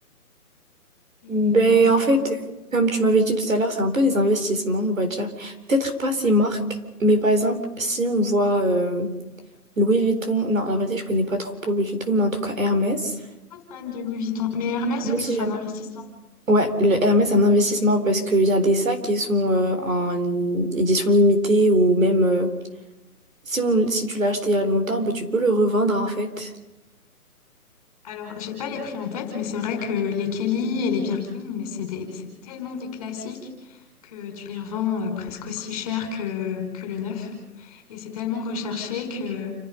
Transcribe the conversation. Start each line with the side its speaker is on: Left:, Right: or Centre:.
Left: Et
Right: Ben,
Left: c'est
Right: en fait,
Left: bien.
Right: comme tu m'avais dit tout à l'heure, c'est un peu des investissements, on va dire. Peut-être pas ces
Left: Ouais.
Right: marques, mais par exemple, si on voit euh, Louis Vuitton, non, la vérité, je connais pas trop pour Louis Vuitton, mais en tout cas Hermès.
Left: Pas fan de Louis Vuitton, mais Hermès,
Right: Moi
Left: oui,
Right: aussi,
Left: c'est
Right: j'aime.
Left: un investissement.
Right: Ouais, le Hermès, c'est un investissement parce qu'il y a des sacs qui sont euh, en édition limitée ou même euh, si, on, si tu l'as acheté il y a longtemps, ben, tu peux le revendre en fait.
Left: Alors, j'ai pas les prix en tête, mais c'est vrai que les Kelly et les Birkin, mais c'est des, c'est tellement des classiques que tu les revends euh, presque aussi cher que, que le neuf. Et c'est tellement recherché que